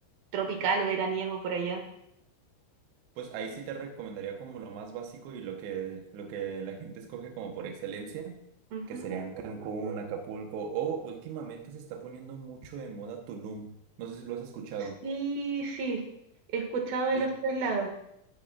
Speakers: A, on the right (about 60°); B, on the right (about 75°).
A: tropical o veraniego por allá?
B: Pues ahí sí te recomendaría como lo más básico y lo que, lo que la gente escoge como por excelencia,
A: Ujú.
B: que serían Cancún, Acapulco o últimamente se está poniendo mucho de moda Tulum. No sé si lo has escuchado.
A: Sí, sí, he escuchado de
B: Sí,
A: los traslados.